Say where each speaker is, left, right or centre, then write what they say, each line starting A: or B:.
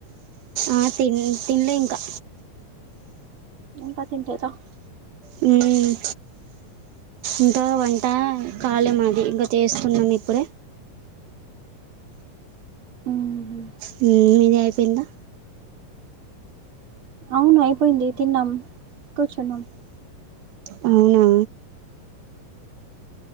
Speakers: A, on the right; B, on the right.
A: ఆ తిన్ తిినలే ఇంకా
B: ఇంకా తినలేదా
A: హమ్ ఇంకా వంట కాలే మాది ఇంకా చేస్తున్నాం ఇప్పుడే
B: మ్,
A: హమ్ మీది అయిపోయిందా
B: అవును అయిపోయింది తిన్నాం కూర్చున్నాం
A: అవునా